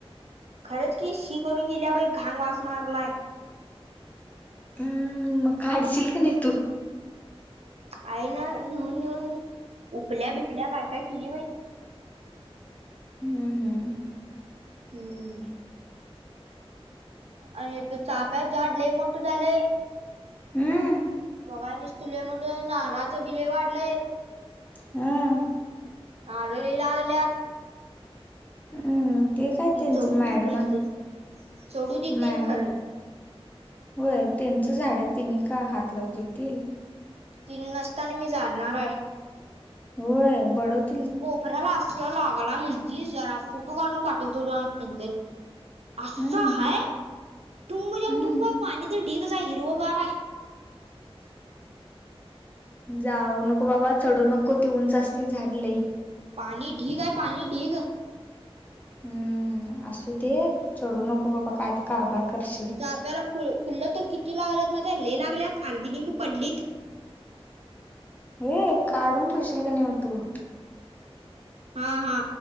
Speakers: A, on the right; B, on the left.
A: खरंच की शी करून गेली बा घाण वास मारलाय
B: हम्म मग काढशील का नाही तू?
A: आई ना नेऊन नेऊन उपल्या बिपल्या काय काय केली वय
B: हम्म हम्
A: हम्म आणि त चाफ्याचं झाड लय मोठं झालंय
B: हम
A: बघा निसत तुल म्हट नाराचं बिल वाढलंय
B: हुम
A: आढळीला ल्यावल्यात
B: हम्म ते काय त्यांचं
A: चढू
B: मॅडमन
A: देत नाहीत ग चढू देत नाहीत
B: मॅडम
A: खरं
B: होय त्यांच झाड तिने का हात लाव देतील
A: तिन नसताना मी झाडणार आहे
B: होय बडोत
A: कोपऱ्याला अस लागला म्हणती जरा फोटो काढून पाठवतो नंतर अस
B: हम्म
A: आहे तुमजे
B: हम्म
A: तुम पाणी तर ढीगच आहे हिरवगाराय हाय
B: जाऊ नको बाबा चढू नको ते उंच असते जास्ते झाड लय
A: पाणी ढीग आहे पाणी ढीग
B: हम्म असू दे तू चढू नको बाबा काय तर कारभार करशी
A: आमच्या आब्याला फु फुल्लं तर किती लागल्यात माहीत्या लैई लागल्यात अर्धी निम्मी पडलीत
B: ये काढून ठेवशील का नाही मग तू
A: हा हा